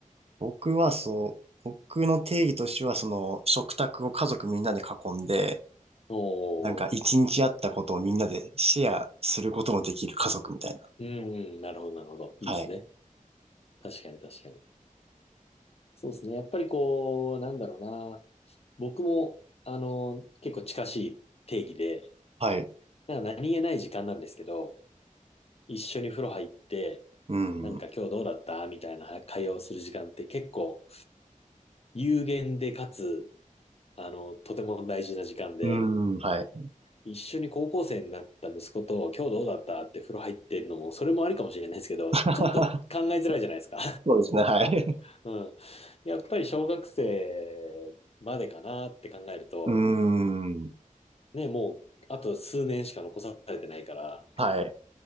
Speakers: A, on the right; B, on the left.
A: 僕はそう、僕の定義としては、その食卓を家族みんなで囲んで、
B: お
A: なんか一日あったことをみんなでシェアすることのできる家族みたいな。
B: ー、うん、うん、なるほど、なるほど。いいですね。
A: はい。
B: 確かに確かに。そうですね。やっぱりこう、なんだろうな。僕も、あの、結構近しい定義で、
A: はい。
B: なんか何気ない時間なんですけど、一緒に風呂入って、
A: うん。
B: なんか今日どうだったみたいな会話をする時間って結構有限でかつ、あの、とても大事な時間で、
A: うん。はい。
B: 一緒に高校生になった息子と今日どうだったって風呂入ってるのも、それもありかもしれないですけど、
A: <laughs>
B: ちょっと考えづらいじゃないですか。
A: そうですね。はい。
B: <laughs> うん。やっぱり小学生までかなって考えると、
A: うん。
B: ね、もう、あと数年しか残されてないから、
A: はい。